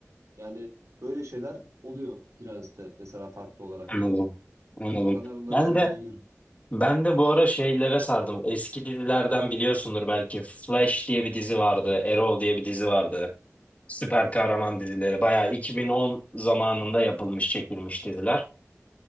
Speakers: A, on the right; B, on the left.
A: Yani böyle şeyler oluyor Prens'te mesela farklı olarak.
B: Anladım. Anladım.
A: Sana bunları
B: Ben
A: söyleyebilirim.
B: de ben de bu ara şeylere sardım. Eski dizilerden biliyorsundur belki. Flash diye bir dizi vardı, Arrow diye bir dizi vardı. Süper kahraman dizileri. Bayağı 2010 zamanında yapılmış, çekilmiş diziler.